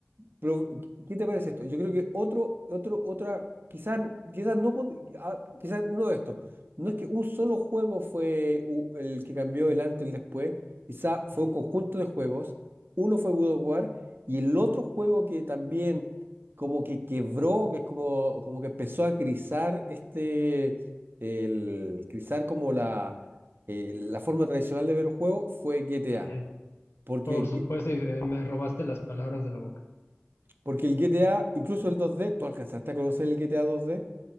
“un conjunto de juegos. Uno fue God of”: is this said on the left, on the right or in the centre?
Right